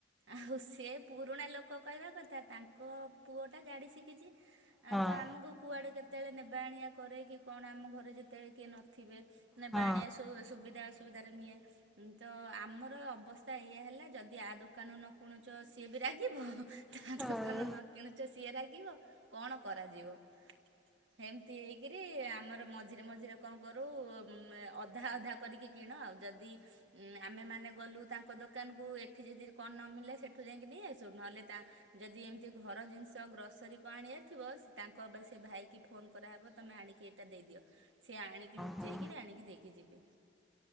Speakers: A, on the right; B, in the centre.
A: ଆଉ ସେ ପୁରୁଣା ଲୋକ କହିବା କଥା ତାଙ୍କ ପୁଅ ଟା ଗାଡି ଶିକିଚି ଆଁ
B: ହଁ।
A: ତ ଆମକୁ କୁଆଡ଼େ କେତେବେଳେ ନେବା ଆଣିବା କରେ କି କଣ ଆମ ଘରେ ଯେତେବେଳେ କିଏ ନଥିବେ ନେବା
B: ହଁ
A: ଆଣିଆ ସୋ‌ ସୁବିଧା ଅସୁବିଧାରେ ନିଏ। ତ ଆମର ଅବସ୍ଥା ଏଇଆ ହେଲା ଯଦି ଆ ଦୋକାନରୁ ନ କୁଣୁଚ ସିଏ ବି ରାଗିବ ତା
B: ହଁ
A: ଦୋକାନରୁ ନ କିଣୁଚ ସିଏ ରାଗିବ କଣ କରାଯିବ। ହେମ୍ତି ହେଇକିରି ଆମର ମଝିରେ ମଝିରେ କଣ କରୁ ଅଧା ଅଧା କରିକି କିଣ ଆଉ ଯଦି ଆମେମାନେ ଗଲୁ ତାଙ୍କ ଦୋକାନକୁ ଏଠି ଯଦି କଣ ନମିିଳେ ସେଠୁ ଯାଇକି ନେଇ ଆସୁ ନହେଲେ ତା ଯେଦି ଏମ୍ତି ଘର ଜିନିଷ ଗ୍ରସରୀ କ ଆଣିବାର ଥିବ ତାଙ୍କ ଅବା ସେ ଭାଇ କି ଫୋନ କରାହବ ତମେ ଆଣିକି ଏଇଟା ଦେଇଦିଅ ସିଏ ଆଣିକି ଲୁଚେଇକିରି
B: ହଁ।
A: ଆଣିକି ଦେଇକି ଯିବେ।